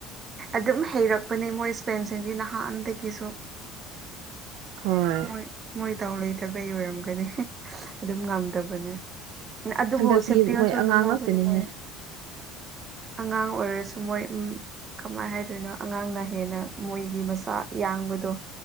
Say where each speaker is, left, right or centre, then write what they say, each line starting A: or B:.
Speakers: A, on the right; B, on the right.
A: ꯑꯗꯨꯝ ꯍꯩꯔꯛꯄꯅꯦ ꯃꯣꯏ ꯏ꯭ꯁꯄꯦꯟꯁꯤꯡꯗꯤ ꯅꯍꯥꯟꯗꯒꯤꯁꯨ
B: ꯍꯣꯏ
A: ꯃꯣꯏ-ꯃꯣꯏ ꯗꯥꯎ ꯂꯩꯇꯕꯩ ꯑꯣꯏꯔꯝꯒ ꯑꯗꯨꯝ ꯉꯝꯗꯕꯅꯦ ꯑꯗꯨꯕꯨ
B: ꯍꯟꯗꯛꯇꯤ
A: ꯆꯦꯝꯄꯤꯌꯣꯟꯁꯨ
B: ꯃꯣꯏ
A: ꯑꯗꯨꯝ
B: ꯑꯉꯥꯡ
A: ꯂꯧꯒꯅꯤ
B: ꯉꯥꯛꯇꯅꯦꯍꯦ
A: ꯃꯣꯏꯅ ꯑꯉꯥꯡ ꯑꯣꯏꯔꯁꯨ ꯃꯣꯏ ꯎꯝ ꯀꯃꯥꯏꯅ ꯍꯥꯏꯗꯣꯏꯅꯣ ꯑꯉꯥꯡꯅ ꯍꯦꯟꯅ ꯃꯣꯏꯒꯤ ꯃꯁꯥ ꯌꯥꯡꯕꯗꯣ